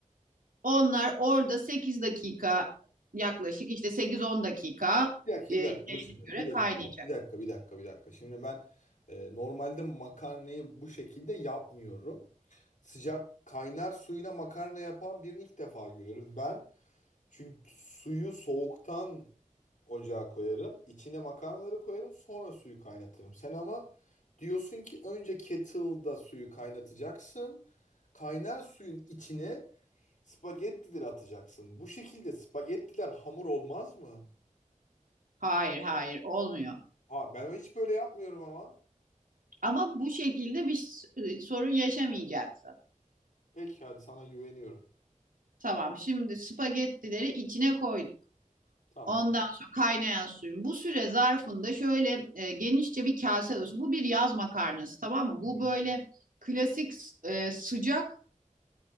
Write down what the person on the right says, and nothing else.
Onlar orada 8 dakika yaklaşık işte 8-10 dakika
e, şeyine
göre
kaynayacak.
Hayır hayır olmuyor.
Ama bu şekilde bir s- e, sorun yaşamayacaksın.
Tamam şimdi spagettileri içine koyduk.
Ondan sonra kaynayan suyun. Bu süre zarfında şöyle e, genişçe bir kase olsun. Bu bir yaz makarnası tamam mı?
Bu
böyle klasik e, sıcak